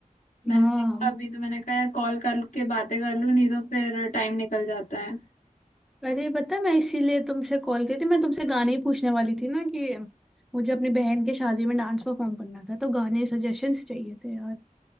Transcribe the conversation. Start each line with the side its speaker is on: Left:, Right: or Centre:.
Left: मैंने
Centre: हाँ
Left: देखा अभी तो मैंने कहा यार कॉल करके बातें कर लूँ नहीं तो फिर टाइम निकल जाता है
Centre: अरे पता मैं इसीलिए तुमसे कॉल की थी मैं तुमसे गाने ही पूछने वाली थी ना कि मुझे अपनी बहन के शादी में डांस परफॉर्म करना था तो गाने सजेशंस चाहिए थे यार